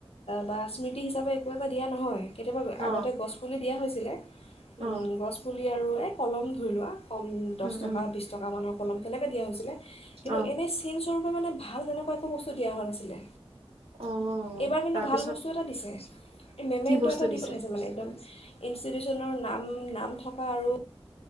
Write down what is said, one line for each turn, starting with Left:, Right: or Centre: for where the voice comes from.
Left: বা স্মৃতি হিচাপে একো এটা দিয়া নহয় কেতিয়াবা
Right: অ
Left: আগতে গছ পুলি দিয়া হৈছিলে
Right: অ
Left: উম গছ পুলি আৰু এ কলম ধৰি লোৱা কম দছ
Right: উম
Left: টকা
Right: উম
Left: বিছ টকা মানৰ কলম তেনেকৈ দিয়া হৈছিলে কিন্তু
Right: অ
Left: এনে চিন চৰু মানে ভাল তেনেকুৱা একো বস্তু দিয়া হোৱা নাছিলে
Right: অ
Left: এইবাৰ কিন্তু
Right: তাৰপিছত
Left: ভাল বস্তু এটা দিছে এই মেমেণ্টটো
Right: কি বস্তু
Left: এটা দি
Right: দিছে
Left: পঠাইছে মানে একদম ইনষ্টিটিউচনৰ নাম নাম থকা আৰু